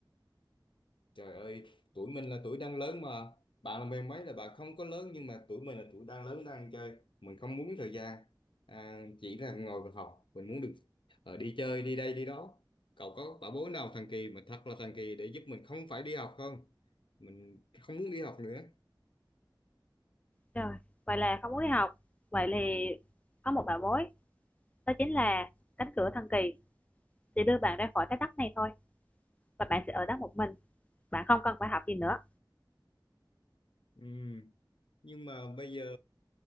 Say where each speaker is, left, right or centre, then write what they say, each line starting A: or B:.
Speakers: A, on the left; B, on the left.
A: Trời ơi, tuổi mình là tuổi đang lớn mà. Bạn là mười mấy là bạn không có lớn nhưng mà tuổi mình là tuổi đang lớn đang chơi. Mình không muốn thời gian à, chỉ là ngồi và học. Mình muốn được ờ, đi chơi, đi đây, đi đó. Cậu có bảo bối nào thần kỳ mà thật là thần kỳ để giúp mình không phải đi học không? Mình không muốn đi học nữa.
B: Trời Vậy là không muốn đi học Vậy thì có một bảo bối Đó chính là cánh cửa thần kỳ Sẽ đưa bạn ra khỏi cái đất này thôi Và bạn sẽ ở đó một mình Bạn không cần phải học gì nữa
A: Ừ. nhưng mà bây giờ